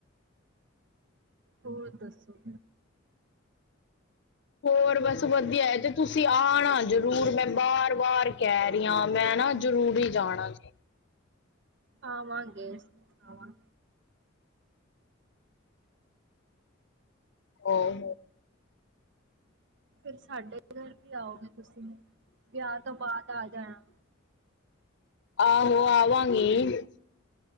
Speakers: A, on the right; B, on the left.
A: ਹੋਰ ਦੱਸੋ?
B: ਹੋਰ ਬਸ ਵਧੀਆ ਏ ਤੇ ਤੁਸੀਂ ਆਣਾ ਜਰੂਰ ਮੈਂ ਬਾਰ-ਬਾਰ ਕੈ ਕੈ ਰੀ ਆਂ, ਮੈਂ ਨਾ ਜ਼ਰੂਰੀ ਜਾਣਾ ਸੀ।
A: ਆਵਾਂਗੇ-ਆਵਾਂ
B: ਉਹ
A: ਫੇਰ ਸਾਡੇ ਗਰ ਵੀ ਆਓਗੇ ਤੁਸੀਂ ਵਿਆ ਤੋਂ ਬਾਅਦ ਆ ਜਾਣਾ।
B: ਆਹੋ ਆਵਾਂਗੀ।